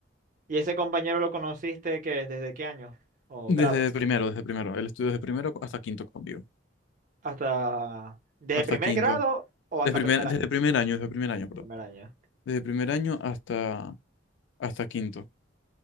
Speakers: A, on the right; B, on the left.
A: ¿y ese compañero lo conociste que desde qué año o
B: Desde
A: grado?
B: primero, desde primero. El estudio desde primero hasta quinto conmigo.
A: Hasta, ¿desde
B: Hasta
A: primer
B: quinto.
A: grado o
B: Desde
A: hasta
B: primer,
A: primer
B: desde
A: año?
B: primer año, desde primer año, perdón.
A: Primer año.
B: Desde primer año hasta, hasta quinto.